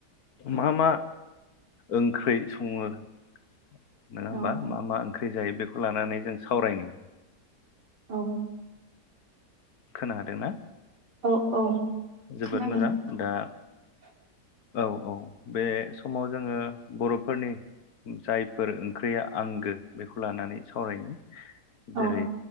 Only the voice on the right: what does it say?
औ
औ।
औ औ।
खोनादों
<inaudible>
औ